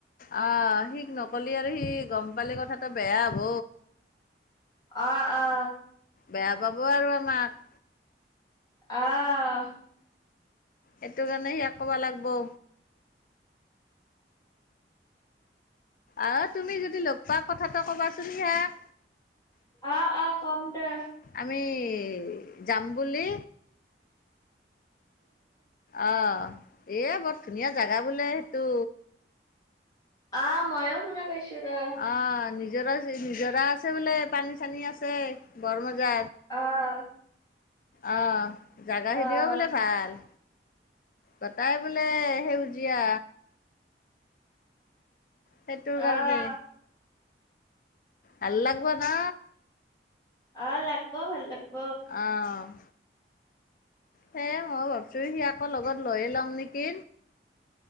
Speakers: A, on the left (about 50°); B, on the left (about 20°).
A: অ, সিক নকলি আৰু সি গম পালি কথাটো বেয়া হ'ব।
B: অ, অ।
A: বেয়া পাব আৰু আমাক।
B: অঁ।
A: হেতু কাৰণে হেয়া ক'বা লাগ বৌ। অ, তুমি যদি লগ পোৱা কথাটো কবাচোন হিয়াক।
B: অ, অ কম দে।
A: আমি যাম বুলি। অ এ বৰ ধুনীয়া জেগা বোলে সেইটো।
B: আ, মইয়ো শুনা পাইছো ৰ'।
A: অ', নিজৰা, নিজৰা আছে বোলে, পানী-চানী আছে। বৰ মজা
B: অ',
A: অ'। জাগাখিনিও
B: অ',
A: বোলে ভাল, গটাই বোলে সেউজিয়া। সেইটো
B: অ'।
A: কাৰণে, ভাল লাগব না?
B: অ', লগাব, ভাল লাগব।
A: অ'। হে মই ভাবছো, ইয়াকো আকৌ লগত লৈয়ে, লওঁ নেকি?